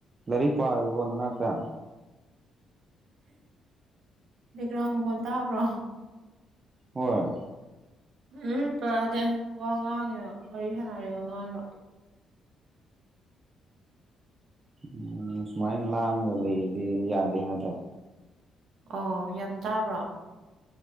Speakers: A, on the right; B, on the right.
A: ꯂꯥꯏꯔꯤꯛ ꯄꯥꯔꯤꯕꯣ ꯅ ꯅꯛꯇ
B: ꯕꯦꯛꯒꯔꯥꯎꯟ ꯃꯈꯣꯜ ꯇꯕꯔꯣ
A: ꯍꯣꯏ
B: ꯎꯝ ꯄꯗꯦ ꯋꯥ ꯉꯥꯡꯉꯤꯔꯣ ꯒꯔꯤ ꯁꯥꯟꯅꯔꯤꯕ ꯃꯥꯗꯣ
A: ꯎꯝ ꯁꯨꯃꯥꯏꯅ ꯂꯥꯡꯒ ꯂꯩꯔꯗꯤ ꯌꯥꯗꯦ ꯍꯥꯏꯗ
B: ꯑꯣ ꯌꯥꯝ ꯇꯥꯕ꯭ꯔꯣ